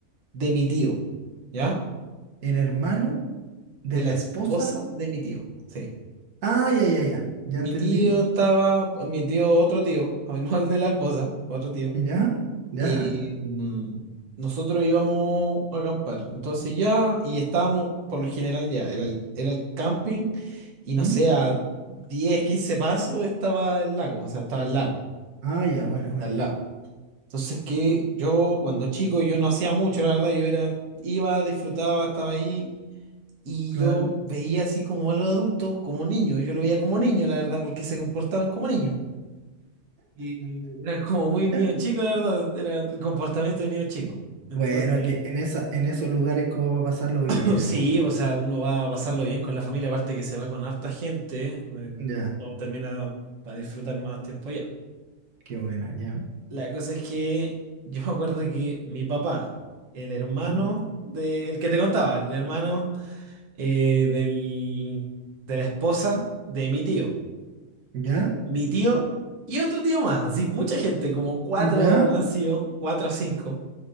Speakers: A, on the right (about 60°); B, on the right (about 75°).
A: de mi tío, ¿ya?
B: El hermano de
A: De
B: la
A: la esposa
B: esposa.
A: de mi tío. Sí.
B: Ah, ya, ya, ya. Ya
A: Mi
B: entendí.
A: tío estaba, mi tío, otro tío, <laughs> no el de la esposa, otro tío.
B: ¿Ya? ¿Ya?
A: eh, mm, nosotros íbamos a acampar. Entonces ya, y estábamos, por lo general ya, era el, era el camping,
B: <laughs>
A: y no
B: ¿Mm?
A: sé, a 10 15 pasos estaba el lago, o sea, estaba al lado,
B: Ah, ya, buena, buena.
A: al lado. Entonces que yo, cuando chico, yo no hacía mucho, la verdad, yo era, iba, disfrutaba, estaba ahí. Y
B: Claro.
A: yo veía así como a los adultos, como niños, yo lo veía como niño, la verdad, porque se comportaban como niños. Y era como muy niño
B: Ya.
A: chico, la verdad, era el comportamiento de niño chico. Entonces,
B: Bueno, que en esa, en esos lugares como para pasarlo bien,
A: <laughs> sí,
B: ¿no?
A: o sea, uno va a pasarlo bien con la familia, aparte que se va con harta gente, eh,
B: Ya,
A: uno termina para disfrutar más tiempo allá.
B: qué buena, ya.
A: La cosa es que yo me acuerdo que mi papá, el hermano
B: ¿Mm?
A: de, el que te contaba, el hermano eh, del, de la esposa de mi tío,
B: ¿Ya?
A: mi tío y otro tío más, así mucha gente, como cuatro
B: ¿Ya?
A: han sido, cuatro o cinco.